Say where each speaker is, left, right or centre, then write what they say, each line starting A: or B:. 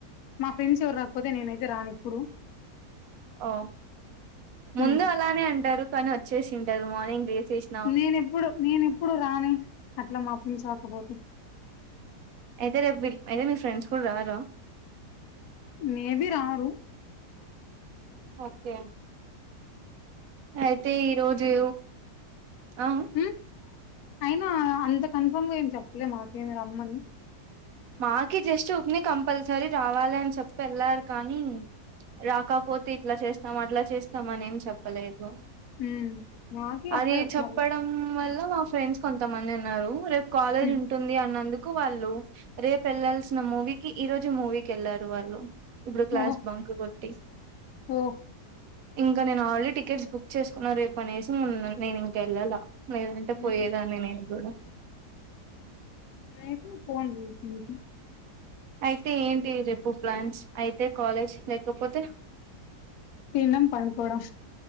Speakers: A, on the left (about 70°); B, on the right (about 65°).
A: మా ఫ్రెండ్స్ ఎవరు రాకపోతే నేనైతే రాను ఇప్పుడు
B: ఓ ముందు
A: ఉమ్
B: అలానే అంటారు కానీ వచ్చేసింటారు మార్నింగ్ వేసేసి
A: నేనెప్పుడు నేను ఎప్పుడు రానే అట్లా మా ఫ్రెండ్స్ రాకపోతే
B: అయితే రేపు విల్ అయితే మీ ఫ్రెండ్స్ కూడా రారా
A: మేబి రారు
B: ఓకే అయితే ఈ రోజు ఆ
A: ఉ అయినా అంత కన్ఫామ్ గా ఏం చెప్పలే మాకేమి రమ్మని
B: మాకి జస్ట్ ఊకనే కంపల్సరీ రావాలి అని చెప్పి వెళ్ళారు కానీ రాకపోతే ఇట్లా చేస్తాం అట్లా చేస్తాం అని ఏం చెప్పలేదు
A: ఉమ్ మాకి
B: అది
A: అట్లే చెప్తున్నారు
B: చెప్పడం వల్ల మా ఫ్రెండ్స్ కొంతమంది ఉన్నారు రేపు కాలేజ్
A: ఉమ్
B: ఉంటుంది అన్నందుకు వాళ్ళు రేపు వెళ్లాల్సిన మూవీకిి ఈ రోజు మూవీకి ఏళ్లారు వాళ్ళు ఇప్పుడు క్లాస్
A: ఓహో
B: బంకు కొట్టి
A: ఓ
B: ఇంకా నేను ఆల్రడీ టికెట్స్ బుక్ చేసుకున్న రేపు అనేసి నేను ఇంకా వెళ్ళాలా లేదంటే పోయేదాన్ని
A: ఉహు
B: నేను గుడా
A: రేపే పోండి రేపు ఇంకా
B: అయితే ఏంటి రేపు ప్లాన్స్ అయితే కాలేజ్ లేకపోతే నా
A: తినడం పడుకోడం